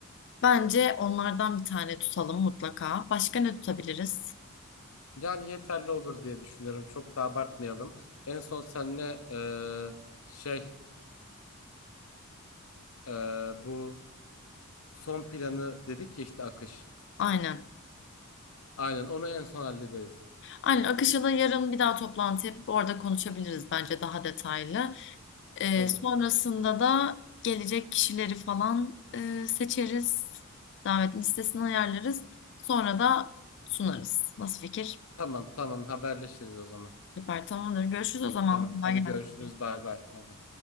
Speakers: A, on the left; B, on the left.
A: Bence onlardan bir tane tutalım mutlaka. Başka ne tutabiliriz?
B: Yani yeterli olur diye düşünüyorum. Çok da abartmayalım. En son seninle eee, şey eee, bu son planı dedik ya işte akış.
A: Aynen.
B: Aynen onu en son hallederiz.
A: Aynen Akış'a da yarın bir daha toplantı yapıp orada konuşabiliriz bence daha detaylı. Ee,
B: Olur.
A: sonrasında da gelecek kişileri falan e, seçeriz. Davet listesini ayarlarız. Sonra da sunarız. Nasıl fikir?
B: Tamam tamam haberleşiriz o zaman.
A: Süper tamamdır. Görüşürüz o zaman.
B: Tamam.
A: Kolay
B: Hadi
A: gelsin.
B: görüşürüz. Bay bay. Bay bay.